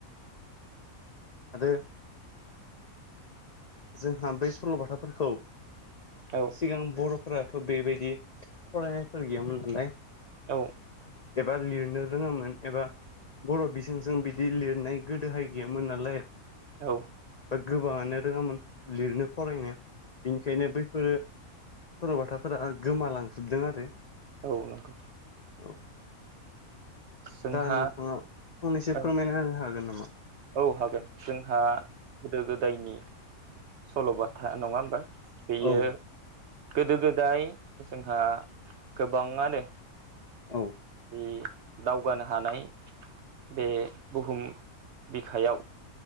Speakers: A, on the left (about 60°); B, on the right (about 65°).
A: आरो जोंहा बै सल'बाथाफोरखौ
B: औ
A: सिगां बर'फोराथ' बेबायदि फरायनायफोर गैयामोन नालाय
B: औ
A: एबा लिरनो रोङोमोन एबा बर' बिजोंजों बिदि लिरनाय गोदोहाय गैयामोन नालाय
B: औ
A: बा गोबाङानो रोङामोन लिरनो फरायनाया बिनिखायनो बैफोरो सरल'बाथाफोरा गोमालांजोबदों आरो
B: अ नोंगौ
A: औ
B: जोंहा
A: दा नोंथाङा फंनैसो
B: औ
A: फोरमायना होनो हागोन नामा?
B: औ हागोन जोंहा गोदो गोदायनि सल'बाथा नङा होमबा बियो
A: औ
B: गोदो गोदाय जोंहा गोबाङानो
A: औ।
B: बि दावगानो हानाय बे बुहुम बिखायाव